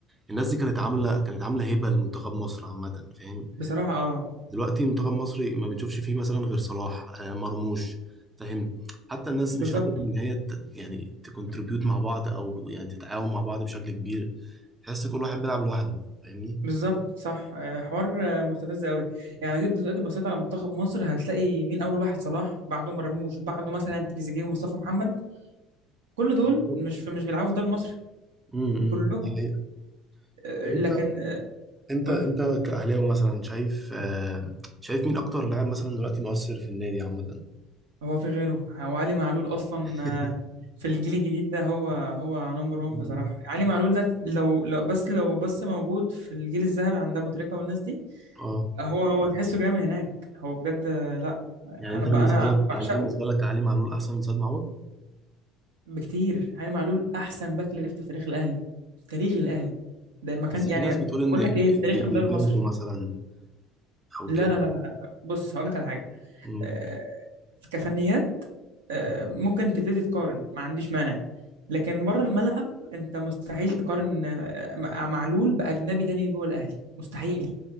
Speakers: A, on the right (about 20°); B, on the right (about 80°).
A: الناس دي كانت عامله كانت عامله هبه لمنتخب مصر عامه فاهم
B: بصراحة اه
A: دلوقتي منتخب مصري ما بنشوفش فيه مثلا غير صلاح آه، مرموش فاهم حتى الناس
B: بالظبط
A: مش قادره ان هي ت- يعني تكونتريبيوت مع بعض او يعني تتعاون مع بعض بشكل كبير تحس كل واحد بيلعب لوحده فاهمني
B: بالظبط صح آه، حوار آه، مستفز قوي يعني جيت دلوقتي بصيت على منتخب مصر هتلاقي مين اول واحد صلاح بعده مرموش بعده مثلا تريزيجيه ومصطفى محمد كل دول
A: بالظبط.
B: مش في مش بيلعبوا في الدوري المصري
A: امم أمم،
B: كلهم
A: دي حقيقة
B: آه،
A: طب انت
B: لكن آه،
A: انت
B: قول
A: انت
B: لي
A: كأهلاوي مثلا شايف آه، شايف مين اكتر لاعب مثلا دلوقتي مؤثر في النادي عامة
B: هو في غيره هو علي معلول اصلا
A: <laughs>
B: آه، في الجيل الجديد ده هو هو نمبر 1
A: مم.
B: بصراحه علي معلول ده لو لو بس لو بس موجود في الجيل الذهبي عند ابو تريكه والناس دي
A: اه
B: هو هو تحسه جاي من هناك هو بجد آه، لا
A: يعني
B: انا
A: انت
B: بقى
A: بالنسبة
B: انا
A: لك
B: بعشقه
A: يعني انت بالنسبة لك علي معلول احسن من سيد معوض
B: بكتير علي معلول احسن باك ليفت في تاريخ الاهلي في تاريخ الاهلي ده ما كان
A: بس في
B: يعني
A: ناس بتقول ان
B: بقول
A: ج-
B: لك ايه في تاريخ
A: ج-
B: الدوري
A: جilberto
B: المصري
A: مثلا او
B: لا
A: كده
B: لا لا لا لا. بص هقول لك على حاجه
A: مم.
B: آه، كفنيات آه، ممكن تبتدي تقارن ما عنديش مانع لكن بره الملعب انت مستحيل تقارن آه، مع معلول باجنبي تاني جوه الاهلي مستحيل